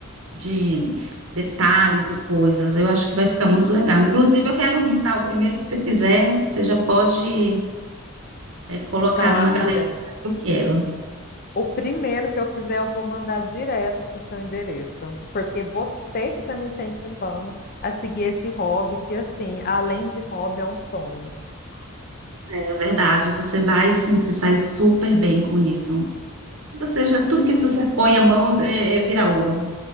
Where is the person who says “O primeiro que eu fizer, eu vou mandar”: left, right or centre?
Left